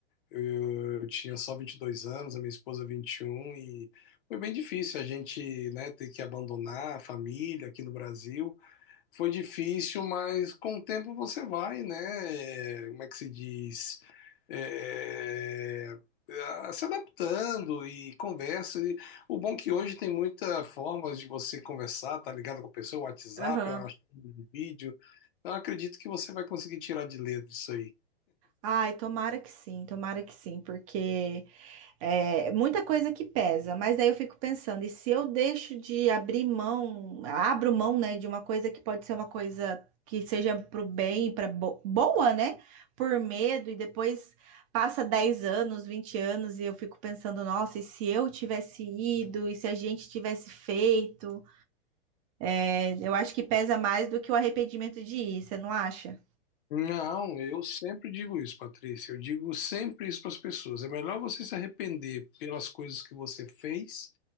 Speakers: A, on the left; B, on the right.
A: Eu, eu tinha só 22 anos, a minha esposa 21, e um, e foi bem difícil a gente, né, ter que abandonar a família aqui no Brasil. Foi difícil, mas com o tempo você vai, né? é, Como é que se diz? É, a- se adaptando e conversa. E o bom é que hoje tem muitas formas de você conversar, tá ligado com a pessoa, WhatsApp,
B: Aham.
A: uma chamada de vídeo. Então, eu acredito que você vai conseguir tirar de letra isso aí.
B: Ai, tomara que sim, tomara que sim, porque É muita coisa que pesa, mas daí eu fico pensando, e se eu deixo de abrir mão, abro mão, né, de uma coisa que pode ser uma coisa que seja pro bem, para boa, né? Por medo, e depois passa 10 anos, 20 anos, e eu fico pensando, nossa, e se eu tivesse ido, e se a gente tivesse feito? É, eu acho que pesa mais do que o arrependimento de ir, você não acha?
A: Não, eu sempre digo isso, Patrícia. Eu digo sempre isso para as pessoas. É melhor você se arrepender pelas coisas que você fez,